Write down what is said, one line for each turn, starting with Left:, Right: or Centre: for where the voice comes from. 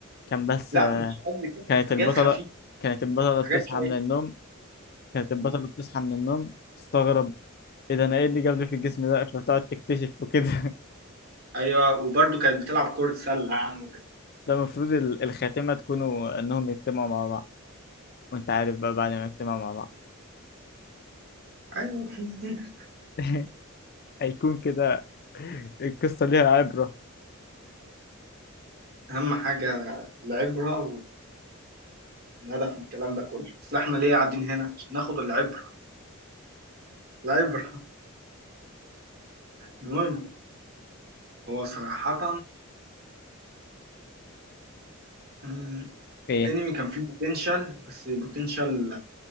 Left: كان بس
Right: لا
Left: آه،
Right: مش قصدي كده
Left: كانت
Right: حاجات
Left: البطلة
Right: خفيفة
Left: كانت البطلة
Right: حاجات
Left: بتصحى
Right: شوية
Left: من النوم كانت البطلة بتصحى من النوم تستغرب ايه ده انا ايه اللي جابني في الجسم ده فتقعد تكتشف وكده <laughs>
Right: ايوه وبرده كانت بتلعب كرة سلة يعني وكده
Left: ده المفروض ال- الخاتمة تكونوا انهم يجتمعوا مع بعض وانت عارف بقى بعد ما يجتمعوا مع بعض
Right: ايوه <laughs>
Left: <laughs> هيكون كده القصة ليها عبرة
Right: اهم حاجة العبرة والهدف من الكلام ده كله بس احنا ليه قاعدين هنا عشان ناخد العبرة العبرة <laughs> المهم هو صراحة مم،
Left: ايه
Right: انمي كان فيه بوتنشال بس بوتنشال